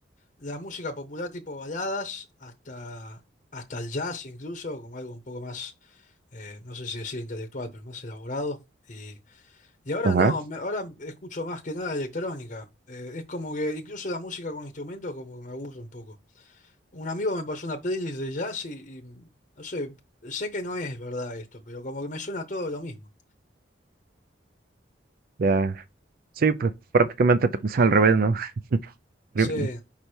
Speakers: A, on the left; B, on the right.
A: la música popular tipo baladas hasta, hasta el jazz incluso, como algo un poco más, eh, no sé si decir intelectual, pero más elaborado. Y, y ahora
B: ajá,
A: no, me- ahora escucho más que nada electrónica. Eh, es como que incluso la música con instrumentos como que me aburre un poco. Un amigo me pasó una playlist de jazz y, y, no sé, sé que no es verdad esto, pero como que me suena todo lo mismo.
B: ya, sí, pues prácticamente te puse al revés, ¿no? <laughs> Pri-
A: Sí,